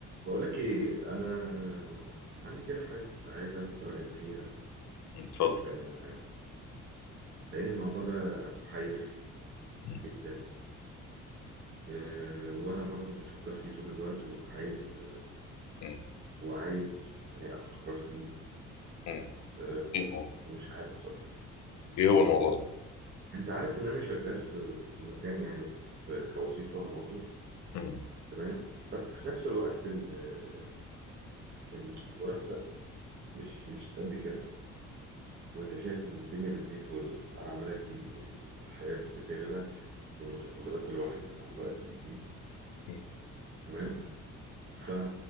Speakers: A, on the right; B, on the left.
A: بقول لك ايه انا عندي كده حاجه كنت عايز اخد رايك فيها
B: اتفضل
A: آه، لان الموضوع ده محير
B: مم.
A: جدا آه، وانا برضو بفكر فيه طول الوقت وعايز
B: مم.
A: وعايز يعني اخد قرار فيه
B: مم.
A: آه،
B: ايه هو
A: ومش عارف بصراحه
B: ايه هو الموضوع ده
A: انت عارف ان انا شغال في في مكان يعني في كوظيفه موظف
B: مم.
A: تمام بس في نفس الوقت ال- ال- المرتب مش مش قد كده وانت شايف الدنيا بتزيد والاسعار عماله تزيد وال- والحياه بتغلى ومتطلبات الواحد مع الوقت بتزيد
B: مم.
A: تمام ف...